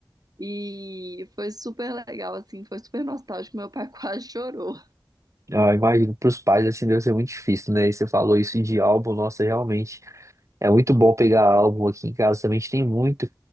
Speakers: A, on the right; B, on the right.
A: E foi super legal, assim, foi super nostálgico. Meu pai <laughs> quase chorou.
B: Ah, imagino, pros pais, assim, deve ser muito difícil, né? E você falou isso de álbum, nossa, realmente. É muito bom pegar álbum aqui em casa também, a gente tem muito.